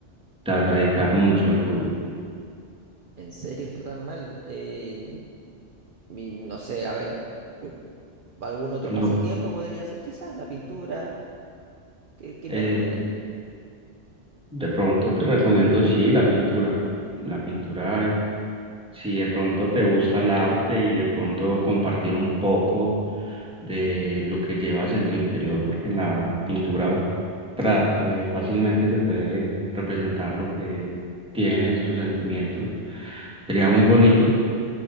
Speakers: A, in the centre; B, on the right.
A: te vas a dedicar mucho al fútbol.
B: ¿En serio está tan mal? Eh, y no sé, a ver, eh, ¿algún otro
A: No,
B: pasatiempo podría ser? Quizás la pintura. ¿Qué, qué
A: eh,
B: me recomiendas?
A: de pronto te recomiendo sí la pintura. La pintura Si de pronto te gusta el arte y de pronto compartir un poco de lo que llevas en tu interior, porque en la pintura pra- eh, fácilmente se puede representar lo que tienes, tus sentimientos. Sería muy bonito.